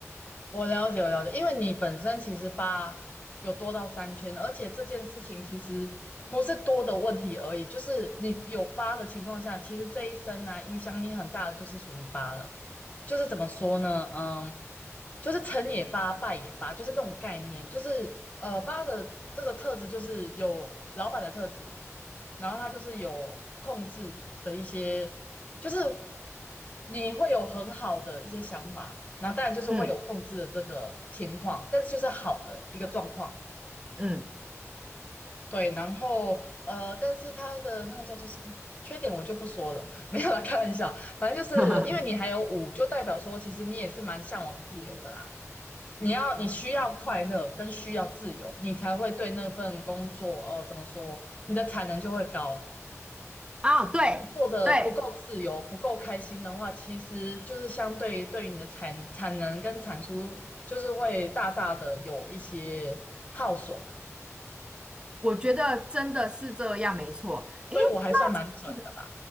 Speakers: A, on the left (about 30°); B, on the right (about 20°).
A: 我了解，我了解，因为你本身其实八有多到三圈，而且这件事情其实不是多的问题而已，就是你有八的情况下，其实这一生呢、影响你很大的就是属于八了，就是怎么说呢？嗯。就是成也八，败也八，就是这种概念。就是呃，八的这个特质就是有老板的特质，然后他就是有控制的一些，就是你会有很好的一些想法，然后当然就是会有控制的这个情况，
B: 嗯
A: 但是就是好的一个状况。
B: 嗯，
A: 对，然后呃，但是他的那个叫做什么缺点我就不说了，<laughs> 没有啦，开玩笑。反正就是因为你还有五，
B: <laughs>
A: 就代表说其实你也是蛮向往自由的啦。你要你需要快乐跟需要自由，你才会对那份工作，呃，怎么说，你的产能就会高。
B: 啊，对对，
A: 因为你做的不够自由、不够开心的话，其实就是相对于对于你的产产能跟产出，就是会大大的有一些耗损啊。
B: 我觉得真的是这样，没错。诶，
A: 所以我还算蛮准的吧，
B: 那这样子